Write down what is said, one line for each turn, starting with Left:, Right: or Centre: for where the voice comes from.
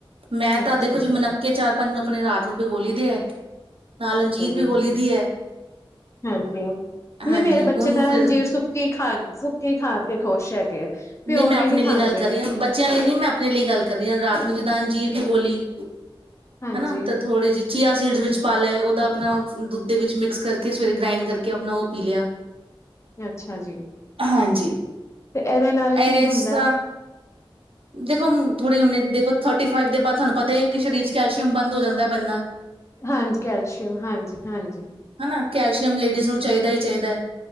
Right: ਮੈਂ ਤਾਂ
Left: ਅੱਛਾ
Right: ਦੇਖੋ ਜੋ
Left: ਜੀ
Right: ਮਨੱਕੇਚ ਆ <unintelligible> ਆਪਣੇ ਰਾਤ ਨੂੰ ਭਿਗੋ ਲਈਦੇ ਹੈ ਨਾਲ ਅੰਜੀਰ
Left: ਜ
Right: ਭਿਗੋਲੀ ਦੀ ਹੈ।
Left: ਹਾਂਜੀ ਨਹੀਂ
Right: ਹਾਂਜੀ
Left: ਮੇਰੇ ਬੱਚੇ
Right: ਉਹਨੂੰ
Left: ਤਾਂ
Right: ਫਿਰ
Left: ਅਨਜੀਰ ਸੁੱਕੀ ਖਾ <unintelligible> ਕੀ ਖਾ ਕੇ ਖੁਸ਼ ਹੈਗੇ ਭਿਉਂ
Right: ਨਹੀਂ ਮੈਂ
Left: ਕੇ
Right: ਆਪਣੇ
Left: ਖਾਂਦੇ
Right: ਲਈ ਗੱਲ ਕਰ ਰਹੀ ਹਾਂ ਬੱਚਿਆਂ ਲਈ ਨਹੀਂ ਮੈਂ ਆਪਣੇ ਲਈ ਗੱਲ ਕਰੀ ਹਾਂ ਰਾਤ ਨੂੰ ਅੰਜੀਰ ਦੀ ਗੋਲੀ
Left: ਹਾਂਜੀ
Right: ਹਨਾ ਤਾਂ ਥੋੜੀ ਜਿ ਚੀਆ ਸੀਡਸ ਵਿੱਚ ਪਾ ਲਏ ਉਹਦਾ ਆਪਣਾ ਦੁੱਧ ਦੇ ਵਿੱਚ ਮਿਕਸ ਕਰਕੇ ਸਵੇਰੇ ਗ੍ਰਾਇੰਡ ਕਰਕੇ ਆਪਣਾ ਉਹ ਪੀ ਲਿਆ
Left: ਅੱਛਾ ਜੀ
Right: ਹਾਂਜੀ
Left: ਤੇ ਇਹਦੇ ਨਾਲ
Right: ਇਸ
Left: ਕੀ ਹੁੰਦਾ
Right: ਤਰ੍ਹਾਂ ਦੇਖੋ ਥੋੜ੍ਹੀ ਹੁਨ ਦੇਖੋ ਥਰਟੀ ਫਾਈਵ ਦੇ ਬਾਅਦ ਤੁਹਾਨੂੰ ਪਤਾ ਹੀ ਹੈ ਕਿ ਸਰੀਰ ਚ ਕੈਲਸ਼ੀਅਮ ਬੰਦ ਹੋ ਜਾਂਦਾ ਹੈ ਬਨਣਾ
Left: ਹਾਂਜੀ ਕੈਲਸ਼ੀਅਮ ਹਾਂਜੀ ਹਾਂਜੀ
Right: ਹਨਾ ਕੈਲਸ਼ੀਅਮ ਲੇਡੀਜ਼ ਨੂੰ ਚਾਹੀਦਾ ਹੀ ਚਾਹੀਦਾ ਹੈ